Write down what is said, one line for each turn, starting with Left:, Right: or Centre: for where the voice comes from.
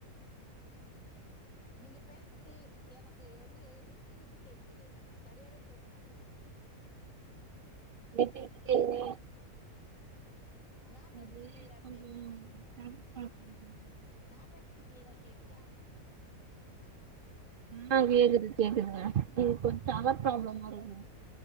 Left: நீங்க பேசத்து எனகு வந்து விட்டு விட்டு கேட்குது ன சரியாவே கேக்க மாட்டுது
Right: விட்டு விட்டு கேக்குது
Left: நா பேசறது
Right: அது
Left: கிளியரா
Right: கொஞ்சோ
Left: பே
Right: சம்ஸ் <inaudible>
Left: நா பேசத்து க்ளியரா கேக்குதா
Right: ம் அ கேக்குது கேக்குது இது கொஞ்ச டவர் ப்ராப்ளமார் இருக்